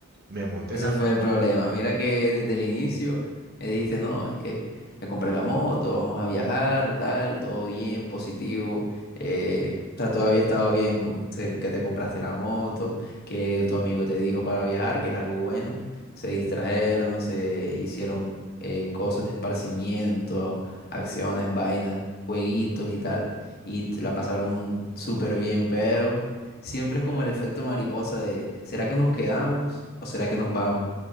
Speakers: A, on the right; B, on the left.
A: Me monté
B: Ese
A: en la
B: fue
A: moto.
B: el problema. Mira que desde el inicio me dijiste, no, es que me compré la moto, vamos a viajar, tal, todo bien, positivo. eh, o sea, todavía estaba bien com- se- que te compraste la moto, que tu amigo te dijo para viajar, que es algo bueno. Se distrajeron, se hicieron eh, cosas de esparcimiento, acciones, vainas, jueguitos y tal. Y t- la pasaron súper bien, pero Siempre es como el efecto mariposa de, ¿será que nos quedamos o será que nos vamos?